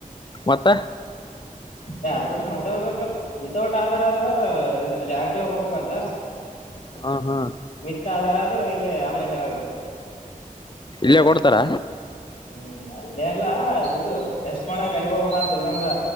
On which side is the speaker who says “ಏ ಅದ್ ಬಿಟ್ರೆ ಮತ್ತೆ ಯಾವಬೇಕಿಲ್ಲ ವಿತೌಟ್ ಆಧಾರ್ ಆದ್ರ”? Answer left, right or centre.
Left